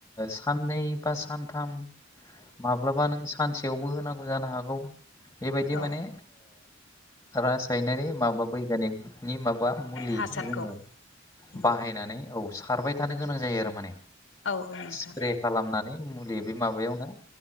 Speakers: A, on the left; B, on the left.
A: साननै बा सानथाम माब्लाबा नों सानसेयावबो होनांगौ जानो हागौ। बेबायदि
B: औ
A: माने रासायनारि माबा बैग्यानिकनि माबा मुलि
B: हासारखौ
A: जोङो
B: उम
A: बाहायनानै औ सारबाय थानो गोनां जायो आरो माने।
B: औ औ नोंथां
A: स्प्रे खालामनानै मुलि बे माबायावनो